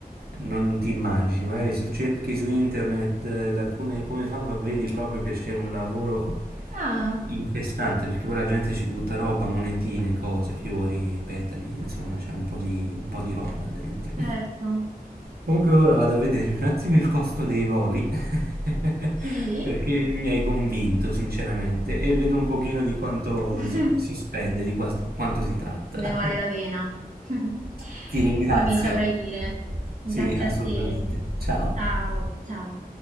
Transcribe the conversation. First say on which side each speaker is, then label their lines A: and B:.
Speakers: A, on the right; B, on the right.
A: non ti immagini, magari se cerchi su internet eh, la- come, come fanno vedi proprio che c'è un lavoro
B: ah,
A: infestante perché poi la gente ci butta roba, monetine, cose, fiori, petali, insomma c'è un po' di, un po' di roba dentro.
B: certo.
A: Comunque ora vado a vedere un attimo il costo dei voli, <laughs>
B: Sì,
A: perché mi hai convinto sinceramente, e vedo un pochino di quanto
B: <laughs>
A: si, si spende, di qua- quanto si tratta.
B: ne vale la pena. <laughs>
A: <laughs> Ti ringrazio.
B: Poi mi saprai dire. Grazie
A: Sì, assolutamente.
B: a te.
A: Ciao.
B: Ciao, ciao.